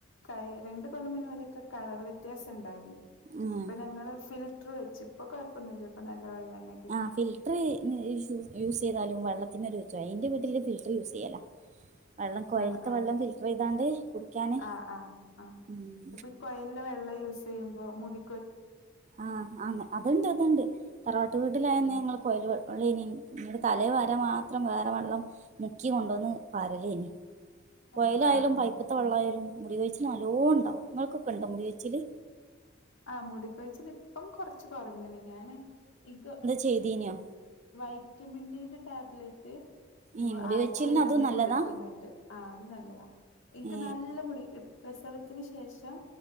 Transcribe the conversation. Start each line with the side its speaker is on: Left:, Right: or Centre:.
Left: ക രണ്ട്കൊല്ലം മുന്നേ കളർ വ്യത്യാസം ഇണ്ടായിനിം
Right: ആഹ്
Left: ഇപ്പൊ ഞങ്ങള് ഫിൽറ്റർ വെച്ച് ഇപ്പൊ കൊഴപ്പൊന്നുല്ല ഇപ്പ നല്ല വെള്ളെന്നേണ്
Right: ആ ഫിൽറ്റർ യൂസ് ചെയ്താലും വെള്ളത്തിനൊരു ചൊയെ ഇന്റെ വീട്ടില് ഫിൽ യൂസ് ചെയ്യല വെള്ളം കോയൽത്തെ
Left: ആഹ് ആഹ്
Right: വെള്ളം ഫിൽറ്റർ ചെയ്താണ്ട് കുടിക്കാന്
Left: ആഹ് ആഹ് ആഹ്
Right: ഉം
Left: ഇപ്പൊ കൊയൽന്റെ വെള്ളം യൂസ് ചെയ്യുമ്പോ മുടി
Right: ആഹ് ആ അത്ണ്ട് അത്ണ്ട് തറവാട്ട് വീട്ടിലായന്ന്
Left: ഉം
Right: ഞങ്ങള് കൊഴൽ വള്ളെയ്നി ഇന്നട്ട് തലേ വരാം മാത്രം വേറെ വള്ളം മുക്കി കൊണ്ടുവന്ന് പാരലെയ്നി കൊയലായാലും
Left: ആഹ് ആഹ്
Right: പൈപ്പ്ത്തെ
Left: ഓക്കെ
Right: വള്ളായാലും മുടികൊഴിച്ചില്ല് നല്ലോണ്ടാവും ഇങ്ങൾക്കൊക്കെ ഇണ്ടോ മുടികൊയ്ച്ചില്
Left: ആ മുടികൊയ്ചില് ഇപ്പം കൊർച്ച് കൊർഞ്ഞ്ണ് ഞാന് ഇൻക്ക്
Right: ചെയ്തീന്യോ
Left: വൈറ്റമിൻ ഡിന്റെ ടാബ്ലറ്റ്
Right: ഏ മുടി
Left: ആഴ്ചയിൽ
Right: കൊഴിച്ചിലിന് അതും
Left: ഒന്ന്
Right: നല്ലതാ
Left: കുടിക്കുന്നുണ്ട് ആ അത് നല്ലതാ ഇൻക്ക്
Right: ഏ
Left: നല്ല മുടി ഇ പ്രസവത്തിന് ശേഷം